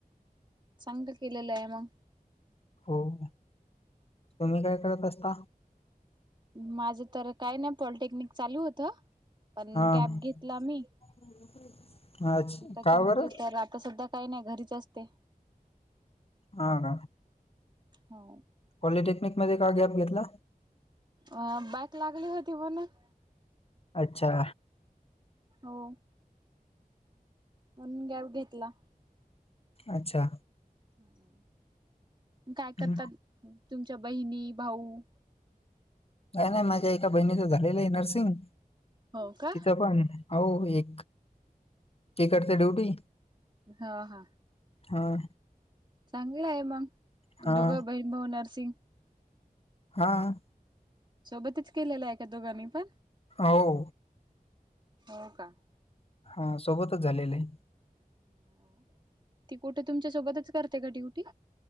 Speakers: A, on the right; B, on the left.
A: चांगलं केलेलं आहे मग.
B: हो ना तुम्ही काय करत असता?
A: माझं तर काय नाही पॉलिटेक्निक चालू होतं पण
B: हां
A: गॅप घेतला मी.
B: <unintelligible>
A: त्याच्यामध्ये
B: का बरं
A: तर आता सध्या काही नाही घरीच असते.
B: हां का?
A: होव
B: पॉलिटेक्निक मध्ये का गॅप घेतला?
A: अ बाईक लागली होती मनं.
B: अच्छा.
A: हो. म्हणून गॅप घेतला.
B: अच्छा
A: हम्म काय करतात
B: हं.
A: तुमच्या बहिणी, भाऊ?
B: काय नाही माझ्या एका बहिणीच झालेलं आहे नर्सिंग
A: हो का?
B: तिचं पण अहो एक तिकडचे
A: हम्म
B: ड्युटी
A: हा हा
B: हां.
A: चांगलं आहे मग
B: हां
A: दोघं बहीण, भाऊ नरसिंग.
B: हां.
A: सोबतीच केलेलं आहे का दोघांनी पण?
B: आव
A: हो का?
B: हा सोबतच झालेले.
A: ह्यो ती कुठे तुमच्यासोबतच करते का ड्यूटी?